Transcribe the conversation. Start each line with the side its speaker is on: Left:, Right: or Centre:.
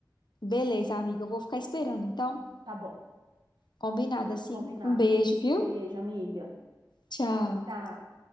Left: Beleza, amiga, eu vou ficar esperando. Então,
Right: tá bom?
Left: combinado assim.
Right: Combinado.
Left: Um beijo, viu?
Right: Beijo, amiga.
Left: Tchau.
Right: Tchau.